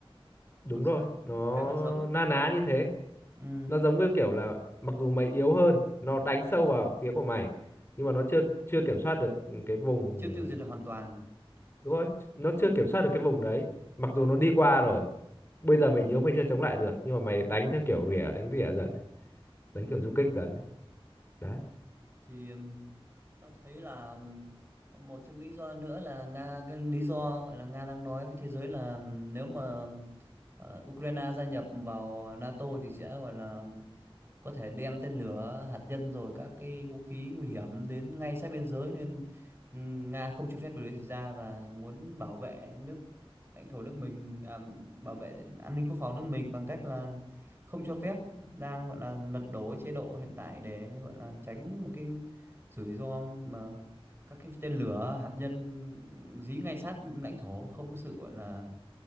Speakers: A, on the left (about 25°); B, on the right (about 25°).
A: đúng
B: Nó sẽ
A: rồi nó
B: khá là giống.
A: na ná như thế
B: Ừ.
A: nó giống như kiểu là mặc dù mày yếu hơn nó đánh sâu vào phía của mày nhưng mà nó chưa chưa kiểm soát được cái vùng
B: chưa tiêu diệt được hoàn toàn
A: đúng không
B: Còn-
A: nó chưa kiểm soát được cái vùng đấy mặc
B: ừ,
A: dù nó đi qua rồi bây giờ mày yếu mày chưa chống lại được nhưng mà mày đánh theo kiểu rỉa đánh rỉa dần này. đánh
B: ừ.
A: kiểu du kích dần này. đấy
B: thì ừm, Ta thấy là một trong lý do nữa là Nga cái lý do gọi là Nga đang nói với thế giới là nếu mà ờ, Ukraine gia nhập vào NATO thì sẽ gọi là có thể đem tên lửa hạt nhân rồi các cái vũ khí nguy hiểm đến ngay sát biên giới nên ừm, Nga không cho phép điều đấy xảy ra và muốn bảo vệ nước lãnh thổ nước mình à, bảo vệ an ninh quốc phòng nước mình bằng cách là không cho phép đang gọi là lật đổ cái chế độ hiện tại để gọi là tránh một cái rủi ro mà các cái tên lửa hạt nhân dí ngay sát lãnh thổ không có sự gọi là